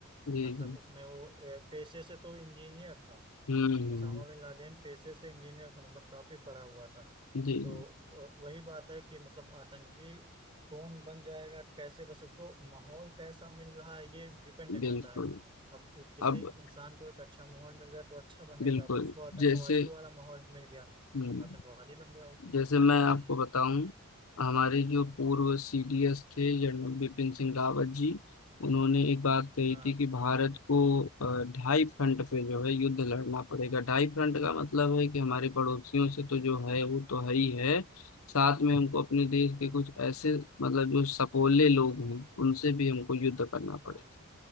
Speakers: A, on the left; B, on the right.
A: जी
B: मतलब
A: जी
B: उसमें वो अ, पेशे से तो इंजीनियर था
A: हम्म हम्म,
B: ओसामा बिन लादेन पेशे से इंजीनियर था मतलब काफी पढ़ा हुआ था
A: जी
B: तो
A: जी
B: अ, वही बात है कि मतलब आतंकी कौन बन जाएगा कैसे बस उसको माहौल कैसा मिल रहा है ये डिपेंड
A: बिल्कुल
B: करता है अब एक- किसी
A: अब
B: इंसान को एक अच्छा माहौल मिल गया तो अच्छा बनेगा
A: बिल्कुल
B: उसको आतंकवादी
A: जैसे
B: वाला माहौल मिल गया
A: हम्म
B: आतंकवादी बन गया वो
A: जैसे मैं आपको
B: हम्म,
A: बताऊं हमारे जो पूर्व सीडीएस थे जनरल बिपिन सिंह रावत जी उन्होंने एक बात कही
B: हाँ
A: थी कि भारत को अ, ढाई फ्रंट पे जो है युद्ध लड़ना पड़ेगा ढाई फ्रंट का मतलब है कि हमारे पड़ोसियों से तो जो है वो तो है ही है साथ में हमको अपने देश के
B: हम,
A: कुछ ऐसे मतलब जो सपोले लोग हैं उनसे भी हमको युद्ध करना
B: हाँ
A: पड़ेगा